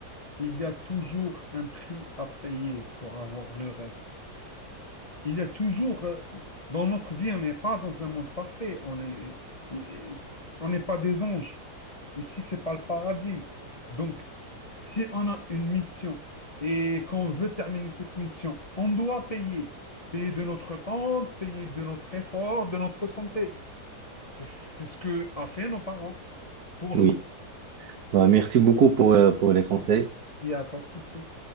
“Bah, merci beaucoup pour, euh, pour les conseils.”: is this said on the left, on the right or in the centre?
Right